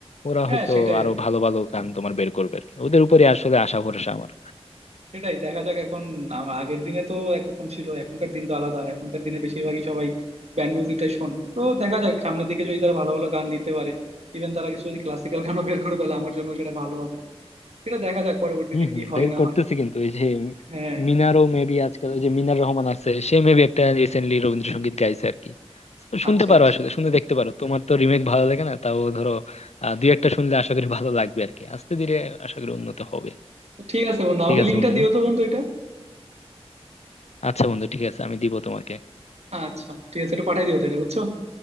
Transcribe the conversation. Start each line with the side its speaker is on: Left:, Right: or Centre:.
Left: ওরা
Right: হ্যাঁ
Left: হয়তো
Right: সেটাই
Left: আরো
Right: আর কি
Left: ভালো ভালো গান তোমার বের করবে আর কি ওদের উপরে আসলে আশা ভরসা আমার
Right: সেটাই দেখা যাক এখন আমা- আগের দিনে তো একরকম ছিল এখনকার দিন তো আলাদা এখনকার দিনে বেশিরভাগই সবাই ব্যান্ড মিউজিকটাই শোনে তো দেখা যাক সামনের দিকে যদি তারা ভালো ভালো গান দিতে পারে ইভেন তারা কিছু যদি ক্লাসিক্যাল গানও বের করে তাহলে আমার জন্য সেটা ভালো হবে সেটা দেখা যাক পরবর্তীতে
Left: হম
Right: কি
Left: হম
Right: হয়
Left: বের
Right: না
Left: করতেছি
Right: হয়
Left: কিন্তু এই যে
Right: হ্যাঁ
Left: মিনারও মেবি আজকাল ওই যে মিনার রহমান আছে সে মেবি একটা রিসেন্টলি রবীন্দ্রসঙ্গীত গাইছে আর কি So, শুনতে
Right: আচ্ছা
Left: পারো
Right: আচ্ছা
Left: আসলে শুনে দেখতে পারো তোমার তো রিমেক ভালো লাগে না তাও ধরো আহ, দুই একটা শুনলে আশা করি ভালো লাগবে আর কি আস্তে ধীরে আশা করি উন্নত হবে
Right: ঠিক আছে বন্ধু আমাকে
Left: ঠিক আছে
Right: লিঙ্কটা
Left: বন্ধু
Right: দিও তো বন্ধু এটা
Left: আচ্ছা বন্ধু ঠিক আছে আমি দিব তোমাকে
Right: আচ্ছা ঠিক আছে এটা পাঠাই দিও তাহলে বুঝছো